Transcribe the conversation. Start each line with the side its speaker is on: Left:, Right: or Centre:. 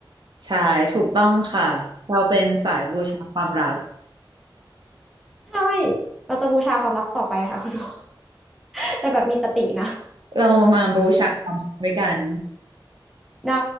Right: ใช่ถูกต้องค่ะเราเป็นสายบูชาความรัก
Centre: <laughs> ใช่เราจะบูชาความรักต่อไปค่ะคุณโอ <laughs> แต่แบบมีสตินะ
Right: เรามาบูชาความรักด้วยกัน
Centre: ได้